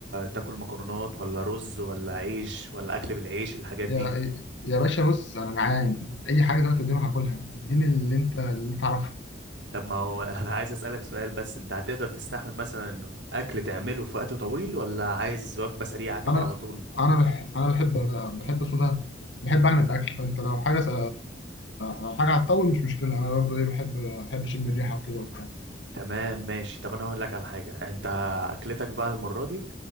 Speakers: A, on the right; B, on the left.
A: تاكل مكرونات ولا رز ولا عيش ولا اكل بالعيش الحاجات
B: يا
A: دي
B: يا باشا بص انا جعان اي حاجه دلوقتي قدامي هاكلها اديني اللي انت اللي تعرفه
A: طب ما هو <laughs> انا عايز اسالك سؤال بس انت هتقدر تستحمل مثلا انه اكل تعمله في وقت طويل ولا عايز وجبة سريعة كده
B: انا
A: على طول
B: انا بح... انا بحب بحب اسمه ده بحب اعمل الاكل فانت لو حاجه س... لو حاجه هتطول مش مشكله انا برضه ايه بحب بحب اشم الريحه وكده وبتاع
A: تمام ماشي طب انا هقول لك على حاجة انت اكلتك بقى المرة دي